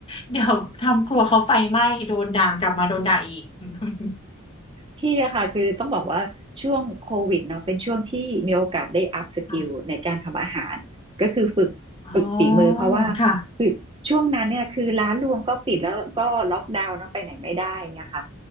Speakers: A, on the left; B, on the right.
A: เดี๋ยวทำครัวเขาไฟไหม้โดนด่ากลับมาโดนด่าอีก <laughs>
B: พี่อะค่ะคือต้องบอกว่าช่วงโควิดเนาะเป็นช่วงที่มีโอกาสได้อัพสกิลในการทำอาหารก็คือฝึกฝึกฝีมือเพราะว่า
A: ค่ะอ๋อค่ะ
B: คือช่วงนั้นเนี่ยคือร้านรวงก็ปิดแล้วก็ล็อกดาวน์เนาะไปไหนไม่ได้เงี้ยค่ะ